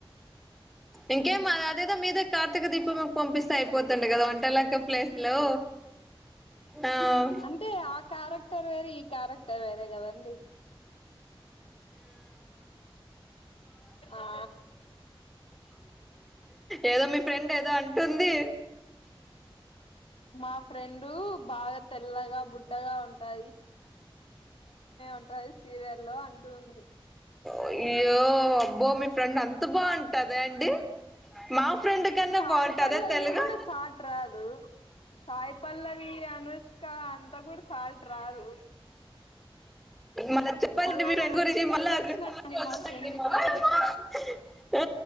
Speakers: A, in the centre; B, on the left.
A: ఇంకే మా అదేదో మీద కార్తీక దీపం పంపిస్తే అయిపోతుండ కదా వంటలక్క ప్లేస్ లో ఆ
B: అంటే ఆ క్యారెక్టర్ వేరు ఈ క్యారెక్టర్ వేరే కదండి ఆ
A: ఏదో మీ ఫ్రెండ్ ఏదో అంటుంది
B: మా ఫ్రెండు బాగా తెల్లగా బుడ్డగా ఉంటా ఉంటది సీరియల్లో అంటుంది
A: అయ్యో అబ్బో మీ ఫ్రెండ్ అంత బాగు కదండీ మా ఫ్రెండ్ కన్నా
B: సాయి
A: బాగుంటదా
B: పల్లవి
A: తెల్లగా
B: కూడా సాట్ రాదు సాయి పల్లవి అనుష్క అంతా కూడా సాల్ట్ రారు
A: మళ్ళ చెప్పండి
B: అలా
A: మీరు
B: కూడా
A: <unintelligible>
B: వచ్చినాండి మా ఫ్రెండ్ కి
A: ఆ